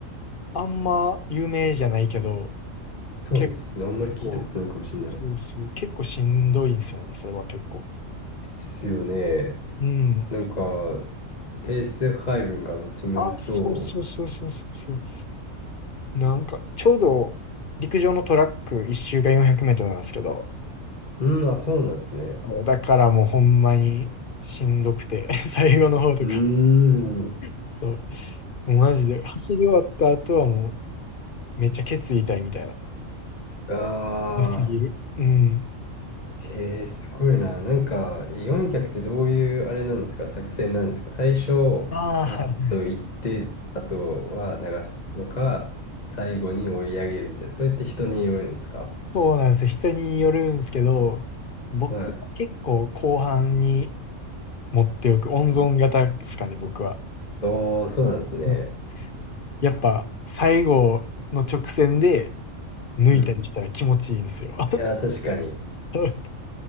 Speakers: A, on the left; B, on the left.
A: あんま有名じゃないけど、
B: そうですね。
A: 結
B: あんまり聞いたことないかもしれない。
A: 構、そうそう、結構しんどいんですよね、それは結構。
B: ですよね。
A: うん。
B: なんか、ペース配分がめっちゃむずそ
A: あ、そうそうそうそうそうそう。なんか、ちょうど陸上のトラック一周が400メートルなんですけど、
B: う。うん、あ、そうなんですね。
A: そう、だからもうほんまにしんどくて、<laughs> 最後の方とか、
B: うーん。
A: そう、もうマジで走り終わった後はもうめっちゃケツ痛いみたいな。
B: ああ、
A: 良すぎる。うん。
B: へえ、すごいな。なんか、400ってどういうあれなんですか作戦なんですか最初、
A: ああ、
B: ガーッと行って、
A: はい。
B: あとは流すのか、最後に追い上げるみたいな。それって人によるんですか
A: そうなんですよ。人によるんですけど、僕は結構後半に
B: はい。
A: 持っておく、温存型ですかね、
B: うん
A: 僕は。
B: おー、そうなんですね。
A: うんやっぱ最後の直線で抜いたりしたら気持ちいいんですよ。
B: うん。いや、確かに。
A: <laughs>